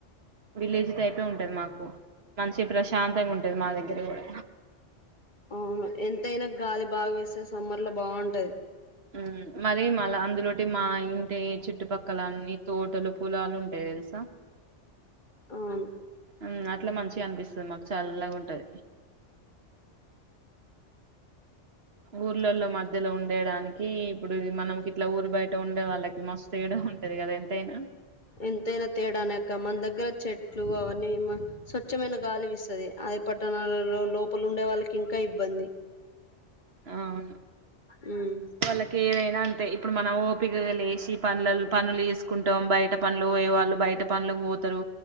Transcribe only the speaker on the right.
విలేజ్ టైపే ఉంటది మాకు మంచి ప్రశాంతంగా ఉంటుది మా దగ్గరి కూడా
ఉమ్ మరి మళ్ళ అందులోటి మా ఇంటి చుట్టుపక్కలన్నీ తోటలు పొలాలు ఉంట తెల్సా
ఉంగ్ అట్లా మంచిగా అనిపిస్తుంది మాకు చల్లగా ఉంటది ఊర్లలో మధ్యలో ఉండేడానికి ఇప్పుడిది మనమ్ కిట్లా ఊరు బయట ఉండే వాళ్ళకి మస్తు తేడా ఉంటది కదా ఎంతైనా
అవును
వాళ్ళకి ఏవైనా అంతే ఇప్పుడు మనం ఓపికగా లేచి పనళ్ళ్ పనులు చేసుకుంటాం బయట పనులు పోయే వాళ్ళు బయట పనులకు పో తరు